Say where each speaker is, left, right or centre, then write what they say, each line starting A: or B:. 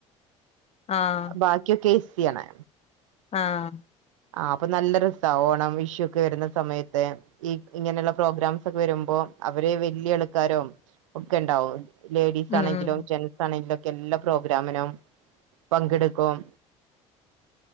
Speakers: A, on the left; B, on the right.
A: ആഹ
B: ബാക്കിയൊക്കെ എസ് സി ആണ്
A: ആഹ
B: ആഹ അപ്പൊ നല്ല രസാ ഓണം വിഷു ഒക്കെ വരുന്ന സമയത്ത് ഈ ഇങ്ങനെയുള്ള പ്രോഗ്രാംസ് ഒക്കെ വരുമ്പോ അവര് വല്യ ആൾക്കാരും ഒക്കെ ഇണ്ടാവും ലേഡീസ്
A: ഉം
B: ആണെങ്കിലും
A: ഉം
B: ജെന്സ് ആണെങ്കിലും ഒക്കെ എല്ലാ പ്രോഗ്രാമിനും പങ്കെടുക്കും